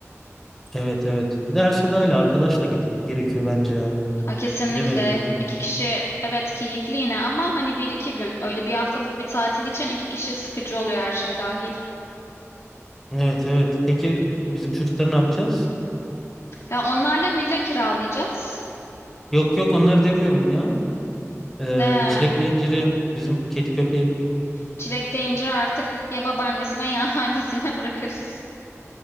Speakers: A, in the centre; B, on the left.
A: evet evet. Bir de her şey dahil arkadaşla gitmek gerekiyor bence ya.
B: A, kesinlikle
A: Bilemedim.
B: iki kişi evet keyifli yine ama hani bir iki gün öyle bir haftalık bir tatil için iki kişi sıkıcı oluyor her şey dahil.
A: Evet evet. Peki bizim çocukları ne yapacağız?
B: Ya onlarla villa kiralayacağız.
A: Yok yok onları demiyorum ya. Ee,
B: Ee,
A: çilekle inciri bizim kedi köpeği
B: Çilekle incir artık ya babaannesine ya anneannesine <laughs> bırakırız.